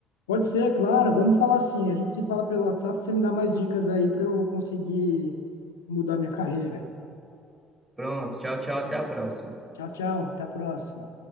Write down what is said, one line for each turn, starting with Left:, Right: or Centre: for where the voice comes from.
Left: Pode ser, claro, vamos falar assim. A gente se fala pelo WhatsApp, você me dá mais dicas aí para eu conseguir mudar minha carreira.
Right: Pronto, tchau, tchau, até a próxima.
Left: Tchau, tchau, até a próxima.